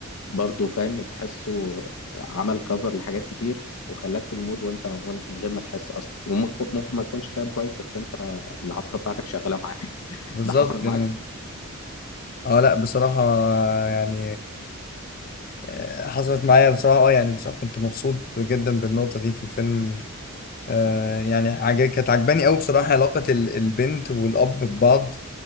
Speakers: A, on the left; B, on the left.
A: برضه فاهم تحسه عمل كفر لحاجات كتير وخلاك في المود وانت وان- من غير ما تحس اصلا وممكن ممكن ما تكونش فاهم كويس بس انت العاطفه بتاعتك شغاله معاه <laughs>
B: بالظبط
A: ده حصل معاك
B: يعني أه لأ بصراحة يعني آه، حصلت معايا بصراحة اه يعني بصراحة كنت مبسوط جدا بالنقطة دي في الفيلم آه يعني عجب كانت عجباني قوي بصراحة علاقة ال- البنت والأب ببعض